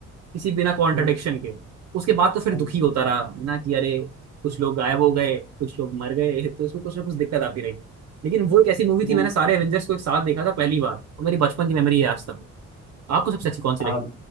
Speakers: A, on the right; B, on the left.
A: किसी बिना कॉन्ट्रडिक्शन
B: हम्म,
A: के उसके बाद तो फिर
B: हम्म।
A: दुखी होता रहा है ना कि अरे कुछ लोग गायब हो गए कुछ लोग मर गए तो इसमें कुछ ना कुछ दिक्कत आती रही लेकिन वो एक ऐसी मूवी थी
B: मु-
A: मैंने सारे एवेंजर्स को एक साथ देखा था पहली बार और मेरी बचपन की मेमोरी है आज तक आपको सबसे अच्छी कौन सी
B: हाँ
A: लगी